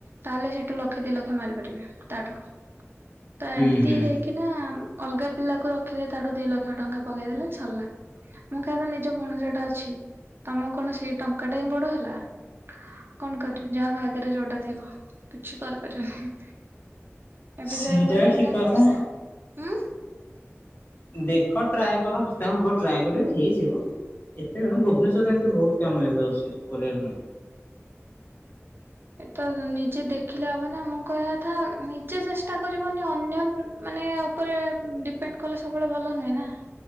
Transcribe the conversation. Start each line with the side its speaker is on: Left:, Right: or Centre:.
Right: ତାହେଲେ ସେଠୁ ଲକ୍ଷେ ଦି ଲକ୍ଷେ ମାରିପାରିବେ ତାଠୁ ତ
Left: ହୁଁ
Right: ଏମିତି
Left: ହୁଁ।
Right: ହେଇକି। କି ନା ଅଲଗା ପିଲା କ ରଖିଲେ ତାଠୁ ଦି ଲକ୍ଷ ଟଙ୍କା ପକେଇଦେଲେ ସରିଲା। ମୁଁ ଖାଇ କଣ ନିଜ ଭଣଜାଟା ଅଛି। ତମକୁ କଣ ସେଇ ଟଙ୍କା ଟା ହିଁ ବଡ ହେଲା। କଣ କରିବୁ ଯାହା ଭାଗ୍ୟରେ ଯୋଟା ଥିବ କିଛି କରିପାରିବନି। ଏବେ
Left: ସେଇଟା
Right: ଯାଇବି ଗଲା
Left: ବି
Right: ଭଳିଆ
Left: ଠିକ କଥା
Right: ବର୍ଷେ ଉଁ।
Left: ଦେଖ ଟ୍ରାଏ କର ତାଙ୍କୁ କୁହ ଟ୍ରାଏ କରିବେ ହେଇଯିବ। ଏତେ ଜଣ ଭୁବନେଶ୍ୱରରେ ଏମିତି ବହୁତ କାମ ଏବେ ଆସୁଛି କରିବା ପାଇଁ।
Right: ଏ ତ ନିଜେ ଦେଖିଲେ ହବ ନା ମୁଁ କହିବା କଥା ନିଜେ ଚେଷ୍ଟା କରିବନି ଅନ୍ୟ ମାନେ ଉପରେ ଡିପେଣ୍ଡ କଲେ ସବୁବେଳେ ଭଲ ନୁହେଁ ନା।